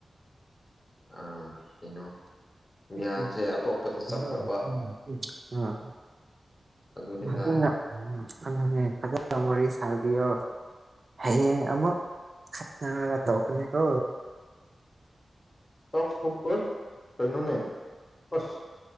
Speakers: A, on the left; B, on the right.
A: ꯑꯥ ꯀꯩꯅꯣ
B: <unintelligible>
A: ꯒ꯭ꯌꯥꯟꯁꯦ ꯑꯇꯣꯞꯄꯗ ꯆꯠꯈ꯭ꯔꯕ ꯑꯗꯨꯅꯤꯗ
B: ꯐꯖꯅ ꯑꯗꯨꯅꯦ ꯐꯖꯅ ꯋꯥꯔꯤ ꯁꯥꯕꯤꯌꯣ ꯍꯌꯦꯡ ꯑꯃꯨꯛ ꯈꯠꯅꯔꯒ ꯇꯧꯀꯥꯅꯤꯀꯣ
A: <unintelligible> ꯀꯩꯅꯣꯅꯦ ꯑꯁ